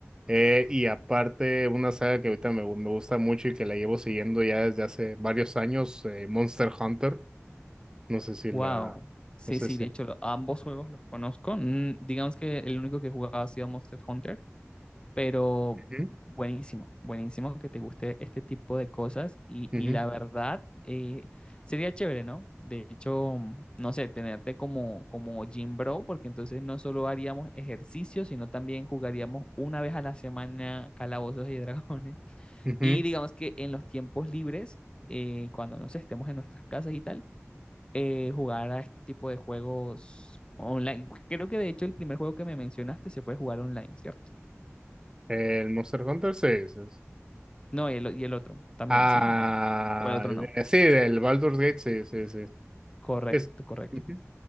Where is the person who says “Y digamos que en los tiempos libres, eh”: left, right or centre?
Left